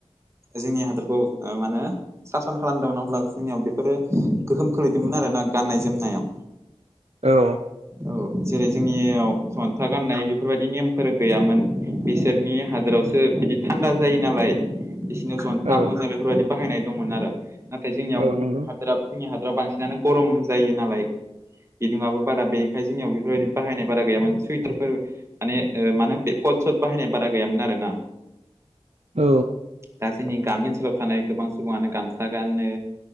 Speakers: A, on the right; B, on the right.
A: जोंनि हादरखौ मा होनो सासन खालामदोंमोन अब्ला जोंनियाव बेफोरो गोहोम खोलैदोंमोन आरो ना गाननाय जोमनायाव
B: औ
A: औ जेरै जोंनियाव गस्ला गाननाय बेफोरबायदि नेमफोर गैयामोन बिसोरनि हादोरावसो बिदि थान्दा जायो नालाय बिसिनो जनथा
B: औ
A: मोजा बेफोरबायदि बाहायनाय दंमोन आरो नाथाय जोंनियाव
B: औ नंगौ
A: हादोरा जोंनि हादराव बांसिनानो गरम जायो नालाय बिदुङाबो बारा बे ओमफ्राय जोंनियाव बेफोरबायदि बाहायनाय बारा गैयामोन सुइटारफोर माने मा होनो बे कथ सट बाहायनाय बारा गैया गैयामोन आरोना
B: औ
A: दा जोंनि गामि ओनसोलाव थानाय गोबां सुबुङानो गामसा गानो।